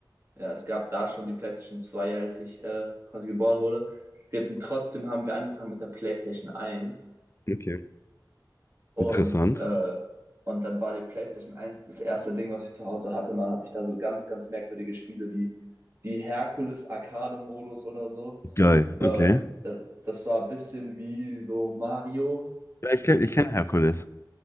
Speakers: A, on the right; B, on the left.
A: ja, es gab da schon die PlayStation zwei, als ich äh, quasi geboren wurde. Wir hatten, trotzdem haben wir angefangen mit der PlayStation eins
B: Okay.
A: und,
B: Interessant.
A: äh, und dann war die PlayStation eins das erste Ding, was ich zu Hause hatte. Und dann hatte ich da so ganz, ganz merkwürdige Spiele wie, wie Herkules Arcade-Modus oder so.
B: Geil,
A: Äh,
B: okay.
A: das, das war ein bisschen wie so Mario.
B: Ja, ich kenne ich kenn Herkules.